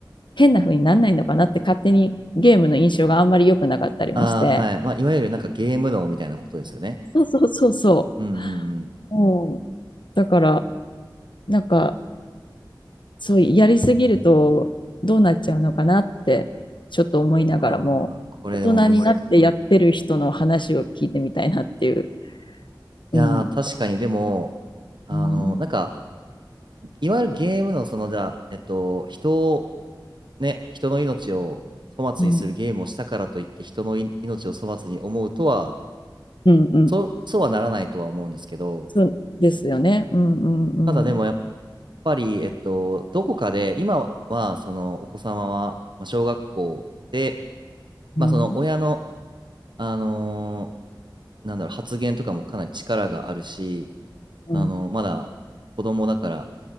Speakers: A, on the left; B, on the right.
A: 変な風になんないのかなって、勝手にゲームの印象があんまり良くなかったりもして。
B: ああ、はい。まあ、いわゆるなんかゲーム脳みたいなことですよね。
A: そうそうそうそ
B: うんうんうん。
A: う。うん、だから、なんか、そうやりすぎるとどうなっちゃうのかなって、ちょっと思いながらも、
B: ああ、これでも難しい。
A: 大人になってやってる人の話を聞いてみたいなっていう。
B: いやー、
A: うん
B: 確かにでも、あの、
A: うん、
B: なんか、いわゆるゲームのその、じゃあ、えっと、人をね、人の命を粗末にするゲームをしたからといって人のい命を粗末に思うとは
A: うん、うん、うん、
B: そ、そうはならないとは思うんですけど
A: そうですよね。うん、うん、
B: ただでもやっ
A: うん、
B: ぱり、えっと、どこかで今はそのお子様は、まあ、小学校で、
A: うん、
B: まあ、その親の、あのーなんだろう発言とかもかなり力があるし、
A: うん、
B: あのーまだ子供だから